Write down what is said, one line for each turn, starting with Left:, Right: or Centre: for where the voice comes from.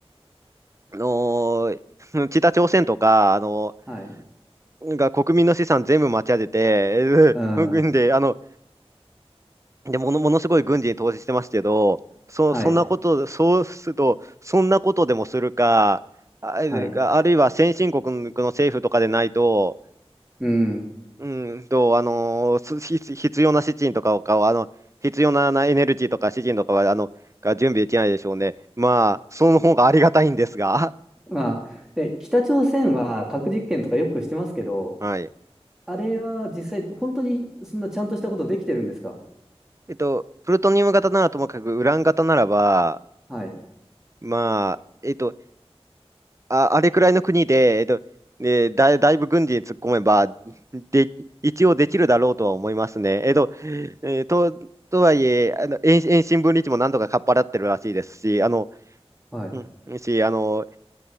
Right: あのー <laughs> 北朝鮮とか、あの、
Centre: はい、
Right: が国民の資産全部持ち上げて、えーうんで、
Centre: うん、
Right: あの、で、もの、ものすごい軍事に投資してますけど、そ、
Centre: はい、
Right: そんなこと、そうすると、そんなことでもするか、あ、
Centre: はい、
Right: あるいは先進国の政府とかでないと、
Centre: うん。
Right: うんと、あの、す必必要な資金とかを、あの、必要な、なエネルギーとか資金とかは、あの、が準備できないでしょうね。まあ、その方がありがたいんですが、
Centre: まあ、え、北朝鮮は核実験とかよくしてますけど、
Right: <laughs> はい。
Centre: あれは実際、本当にそんなちゃんとしたことできてるんですか
Right: えっと、プルトニウム型ならともかく、ウラン型ならば、
Centre: はい、
Right: まあ、えっと、あ、あれくらいの国で、えっと、ねだ、だいぶ軍事に突っ込めば、で、一応できるだろうとは思いますね。えっと、えーと、とはいえ、あの、遠遠心分離地もなんとかかっぱらってるらしいですし、あの、
Centre: はい、
Right: うんし、あの、